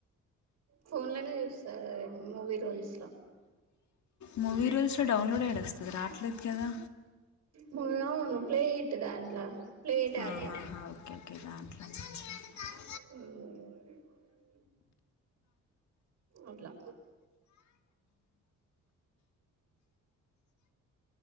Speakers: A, on the right; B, on the left.
A: ఫోన్లోనే చూస్తారు మూవీ రూల్స్
B: మూవీ రూల్స్లో డౌన్లోడ్ యాడ వస్తుంది రాట్లేదు కదా
A: మువును ప్లే ఇట్ దాంట్లో ప్లే ఐటీ యాప్
B: ఆహాహా <unintelligible>
A: <unintelligible> అట్లా